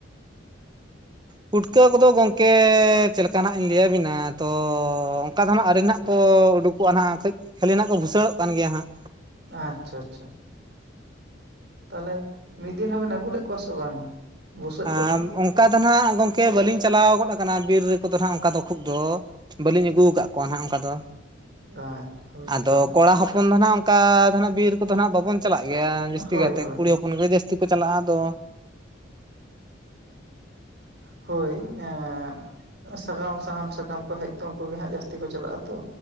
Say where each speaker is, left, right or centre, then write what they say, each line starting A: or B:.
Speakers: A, on the right; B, on the right.
A: ᱯᱩᱴᱠᱟᱹ ᱠᱚᱫᱚ ᱜᱚᱝᱠᱮ ᱪᱮᱫ ᱞᱮᱠᱟ ᱱᱟᱜ ᱤᱧ ᱞᱟᱹᱭᱟᱵᱤᱱᱟ ᱛᱚ ᱚᱱᱠᱟ ᱫᱚ ᱱᱟᱜ ᱟᱣᱨᱤᱱᱟᱜ ᱠᱚ ᱩᱰᱩᱠᱚᱜᱼᱟ, ᱱᱟᱜ ᱠᱟᱹᱡ ᱠᱷᱟᱹᱞᱤ ᱱᱟᱜ ᱠᱚ ᱵᱷᱩᱥᱟᱹᱲᱚᱜ ᱠᱟᱱ ᱜᱮᱭᱟ ᱦᱟᱸᱜ᱾
B: ᱟᱪᱪᱷᱟ ᱟᱪᱪᱷᱟ, ᱛᱟᱦᱚᱞᱮ ᱢᱤᱫ ᱫᱤᱱ ᱦᱚᱵᱮᱱ ᱟᱹᱜᱩ ᱞᱮᱫ ᱠᱚᱣᱟ ᱥᱮ ᱵᱟᱝ? ᱵᱩᱥᱟᱹᱜ
A: ᱟᱸ
B: ᱠᱚᱜᱮ
A: ᱚᱱᱠᱟ ᱫᱚ ᱱᱟᱜ ᱜᱚᱢᱠᱮ ᱵᱟᱹᱞᱤᱧ ᱪᱟᱞᱟᱣ ᱜᱚᱫ ᱠᱟᱱᱟ ᱵᱤᱨ ᱨᱮ ᱠᱚᱫᱚ ᱱᱟᱜ ᱚᱱᱠᱟ ᱫᱚ ᱠᱷᱩᱵ ᱫᱚ ᱵᱟᱹᱞᱤᱧ ᱟᱹᱜᱩ ᱠᱟᱫ ᱠᱚᱣᱟ ᱱᱟᱜ ᱚᱱᱠᱟ ᱫᱚ,
B: ᱟᱪᱪᱷᱟ ᱦᱳᱭᱛᱚ
A: ᱟᱫᱚ ᱠᱚᱲᱟ ᱦᱚᱯᱚᱱ ᱫᱚ ᱱᱟᱜ ᱚᱱᱠᱟ ᱫᱚ ᱱᱟᱜ ᱵᱤᱨ ᱠᱚᱫᱚ ᱦᱟᱸᱜ ᱵᱟᱵᱚᱱ ᱪᱟᱞᱟᱜ ᱜᱮᱭᱟ ᱡᱟᱹᱥᱛᱤ
B: ᱦᱳᱭ
A: ᱠᱟᱭᱛᱮ
B: ᱦᱳᱭ
A: ᱠᱩᱲᱤ ᱦᱚᱯᱚᱱ ᱜᱮ ᱡᱟᱹᱥᱛᱤ ᱠᱚ ᱪᱟᱞᱟᱜᱼᱟ ᱟᱫᱚ
B: ᱦᱳᱭ ᱮᱸ ᱥᱟᱠᱟᱢ ᱥᱟᱦᱟᱱ ᱥᱟᱠᱟᱢ ᱠᱚ ᱦᱮᱡ ᱠᱚ ᱩᱱᱠᱩ ᱜᱮ ᱦᱟᱸᱜ ᱡᱟᱹᱥᱛᱤ ᱠᱚ ᱪᱟᱞᱟᱜᱼᱟ, ᱛᱚ